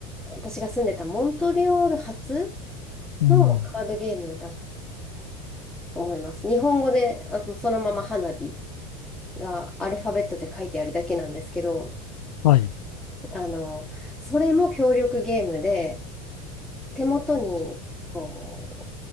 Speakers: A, in the centre; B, on the left.
A: 私が住んでたモントリオール発
B: うん。
A: のカードゲームだと思います。日本語で、あの、そのまま花火がアルファベットで書いてあるだけなんですけど、
B: はい。
A: あの、それも協力ゲームで、手元に、こう、